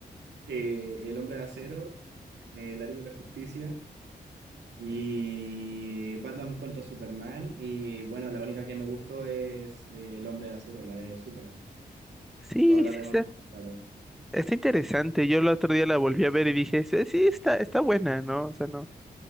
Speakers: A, on the right; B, in the centre.
A: eh, El Hombre de Acero, eh, La Liga de la Justicia y Batman contra Superman y bueno, la única que me gustó es eh, El Hombre de Acero, la de Superman.
B: Sí,
A: Todas las
B: sí,
A: demás,
B: está,
A: no, claro.
B: está interesante. Yo el otro día la volví a ver y dije, sí, sí, está, está buena, ¿no? O sea, no,